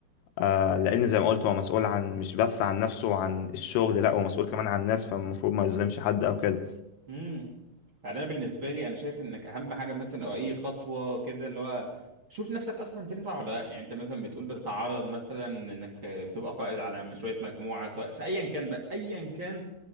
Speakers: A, on the left (about 85°); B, on the right (about 35°).
A: آه، لأن زي ما قلت هو مسؤول عن مش بس عن نفسه وعن الشغل لأ هو مسؤول كمان عن الناس فالمفروض ما يظلمش حد أو كده
B: امم يعني انا بالنسبه لي انا شايف انك اهم حاجه مثلا او اي خطوه كده اللي هو شوف نفسك اصلا تنفع ولا لا يعني انت مثلا بتقول بتتعرض مثلا انك بتبقى قائد على شويه مجموعه سواء في ايا كان بقى ايا كان